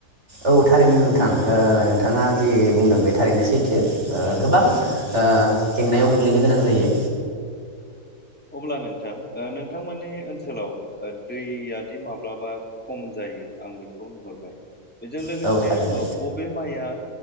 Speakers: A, on the right; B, in the centre.
A: औ थारैनो नोंथां ओ नोंथाङा जि बुंदों बे थारैनो सैथो ओ गोबां ओ जेंनायाव गोग्लैनो गोनां जायो।
B: उब्ला नोंथां ओ थांमोननि ओनसोलाव दैयादि माब्लाबा खम जायो आं बेखौ नुहुरबाय बेजों लोगोसे
A: औ थारैनो
B: बबे माइआ